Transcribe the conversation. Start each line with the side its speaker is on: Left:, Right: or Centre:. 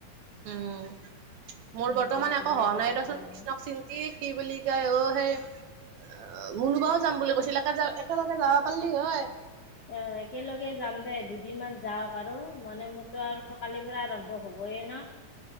Right: উম। মোৰ
Left: সেইকাৰণে
Right: বৰ্তমান একো হ'ৱা
Left: এইবাৰ
Right: নাই
Left: দেখাই
Right: ৰচোন।
Left: আহো
Right: কৃষ্ণক চি এ কি বুলি কয়, অ' সেই অ' মুনুবাও যাম বুলি কৈছিল। একে য একেলগে যাব পাৰলি হয়।
Left: এ একেলগে যাম দে। দুদিন মান যাওঁক আৰু। মানে মোৰতো আৰু কালিৰ পৰা আৰম্ভ ব হ'বয়ে ন।